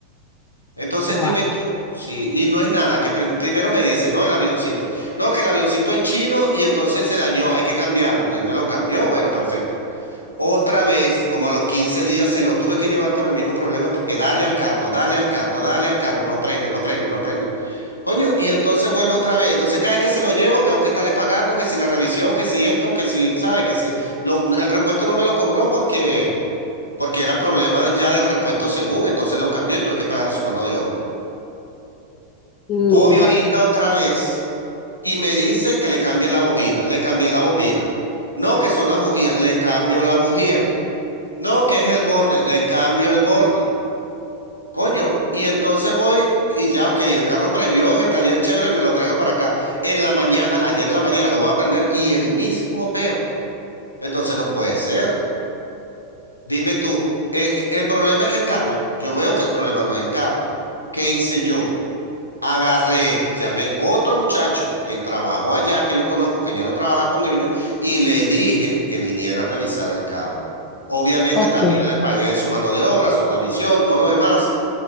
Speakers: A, on the left; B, on the left.
A: Entonces
B: Wow.
A: dime tú, sí, y no es nada, que prim- primero me dice, no, el avioncito. No, que el avioncito es chino y entonces se dañó, hay que cambiarlo. Entonces me lo cambió, bueno, perfecto. Otra vez, como a los 15 días, se lo tuve que llevar por el mismo problema porque dale al carro, dale al carro, dale al carro, no prende, no prende, no prende. Coño, y entonces vuelvo otra vez. Entonces cada vez que se lo llevo, tengo que estarle pagando, que si la revisión, que si esto, que si, sabe, que si lo- el repuesto no me lo cobró porque, porque era problema ya del repuesto según, entonces lo cambió y tuve que pagarle su mano de obra.
B: Mira.
A: Voy ahorita otra vez y me dice que le cambie la bobina. Le cambié la bobina. No, que son las bujías. Le cambio la bujía. No, que es el borne. Le cambio el borne. Coño. Y entonces voy y ya, ok, el carro prendió en el taller chévere, me lo traigo para acá. En la mañana, ayer en la mañana lo voy a prender y el mismo peo. Entonces no puede ser. Dime tú, eh, eh, ¿el problema es el carro? Yo veo que el problema no es el carro. ¿Qué hice yo? Agarré, llamé otro muchacho que trabajó allá, que yo conozco, que ya no trabaja con ellos, y le dije que viniera a revisar el carro. Obviamente
B: Ok.
A: también le pagué su mano de obra, su revisión, todo lo demás.